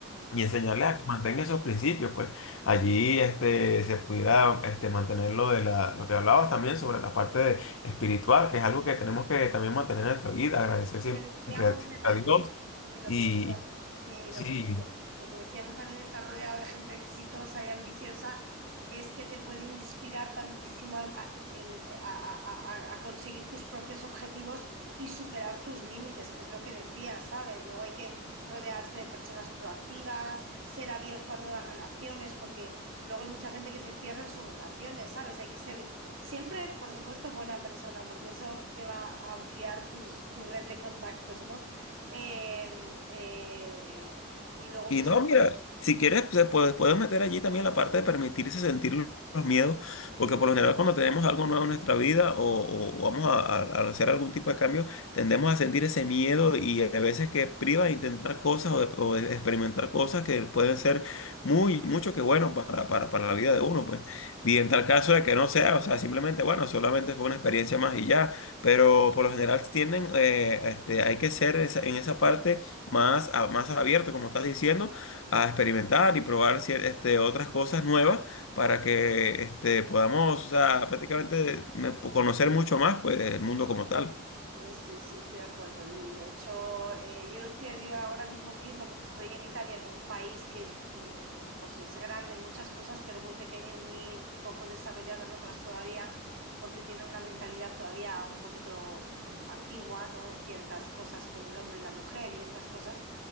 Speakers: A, on the left; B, on the right.
A: y enseñarles a que mantengan esos principios, pues allí este, se pudiera este, mantener lo de la, lo que hablabas también sobre la parte de- espiritual, que es algo que tenemos que también mantener en nuestra vida, agradecer
B: diferenciamos
A: siempre a siempre
B: de
A: a Dios
B: Y lo
A: y,
B: que decíamos,
A: y
B: sí,
A: sí,
B: lo que decía- lo que decíamos también de estar rodeado de gente exitosa y ambiciosa es que te puede inspirar tantísimo al- a, el- a- a- a- a conseguir tus propios objetivos y superar tus límites, que es lo que decías, ¿sabes? Luego hay que rodearse de personas proactivas, ser abierto a nuevas relaciones, porque luego hay mucha gente que se cierra en sus relaciones, ¿sabes? Hay que ser siempre, por supuesto, buena persona, porque eso te va a ampliar tus, tu red de contactos, ¿no? Eh, eh, y luego,
A: Y
B: pues,
A: no, mira, si quieres, pues, se puede, puedes meter allí también la parte de permitirse sentir lo- los miedos, porque por lo general cuando tenemos algo nuevo en nuestra vida o, o o vamos a, a- a hacer algún tipo de cambio, tendemos a sentir ese miedo y a veces que priva de intentar cosas o de, o de experimentar cosas que pueden ser muy, mucho que bueno para, para, para la vida de uno, pues. Y en tal caso de que no sea, o sea, simplemente, bueno, solamente fue una experiencia más y ya, pero por lo general tienden, eh, este, hay que ser esa- en esa parte más, a- más abierto, como estás diciendo, a experimentar y probar cier- este, otras cosas nuevas para que este, podamos, o sea, prácticamente me- conocer mucho más pues, del mundo como tal.
B: eh, sí, sí, estoy de acuerdo. Y, de hecho, eh, yo lo estoy vi- ahora mismo viviendo porque estoy en Italia, en un país que es, mm, pues, es grande en muchas cosas, pero muy pequeño y muy poco desarrollado en otras todavía, porque tienen una mentalidad todavía un poquito mm, antigua, ¿no? En ciertas cosas con el hombre y la mujer y estas cosas.